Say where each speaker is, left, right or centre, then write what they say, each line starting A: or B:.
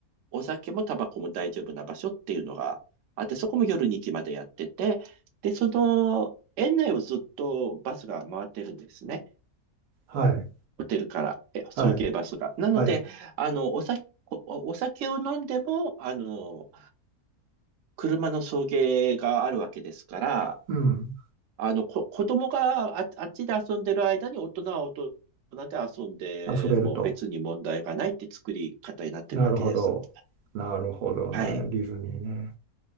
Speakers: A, on the right; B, on the right.
A: お酒もタバコも大丈夫な場所っていうのがあって、そこも夜2時までやってて、で、その、園内をずっとバスが回ってるんですね。
B: はい。
A: ホテルから、え、送迎バスが。
B: はい。
A: なので、
B: はい。
A: あの、お酒、おお酒を飲んでも、あの、車の送迎があるわけですから、
B: うん。
A: あの、こ、子供があ、あっちで遊んでる間に大人は大人で遊んでも別に問題がないって作り方になってるわけです。
B: 遊べると。なるほど。なるほどね。
A: はい。
B: ディズニーね。